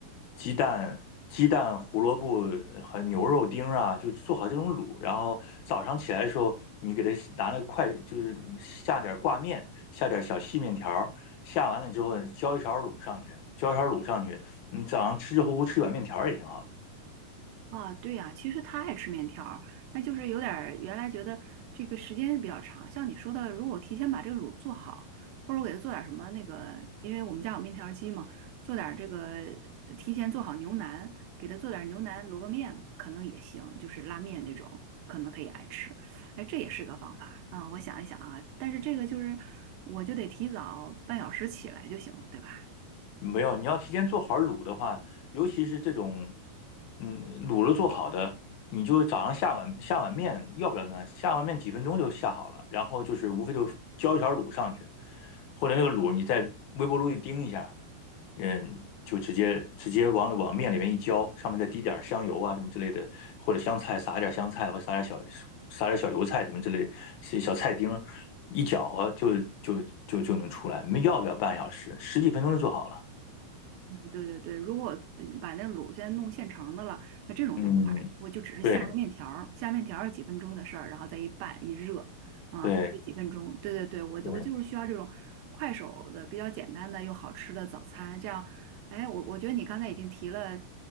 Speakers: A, on the left; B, on the right.
A: 鸡蛋鸡蛋胡萝卜和牛肉丁啊，就做好这种卤，然后早上起来的时候，你给它拿那个筷，就是下点挂面，下点小细面条儿，下完了之后浇一勺卤上去，浇一勺卤上去，你早上吃热乎乎吃一碗面条儿也挺好的。
B: 啊，对呀，其实他爱吃面条儿，那就是有点儿原来觉得这个时间比较长，像你说的，如果我提前把这个卤做好，或者我给他做点儿什么那个，因为我们家有面条儿机嘛，做点儿这个提前做好牛腩，给他做点儿牛腩萝卜面，可能也行，就是拉面那种，可能他也爱吃，哎，这也是个方法啊，我想一想啊，但是这个就是我就得提早半小时起来就行了，对吧？
A: 没有，你要提前做好卤的话，尤其是这种，嗯，卤了做好的，你就早上下碗下碗面，要不了呢，下碗面几分钟就下好了，然后就是无非就浇一勺卤上去，或者那个卤你在微波炉一叮一下，嗯，就直接直接往往面里面一浇，上面再滴点儿香油啊什么之类的，或者香菜撒一点香菜，或者撒点小撒点小油菜什么之类，小小菜丁儿一搅和就就就就能出来，没要不了半小时，十几分钟就做好了。
B: 对对对，如果嗯把那卤先弄现成的了，那这种就快，
A: 嗯，
B: 我就只是下个面条儿下面条儿是几分钟的事儿，
A: 对
B: 然后再一拌一热，啊，
A: 对
B: 估计几分钟。对对对，我就我就是需要这种快手的、
A: 对，
B: 比较简单的又好吃的早餐。这样，哎，我我觉得你刚才已经提了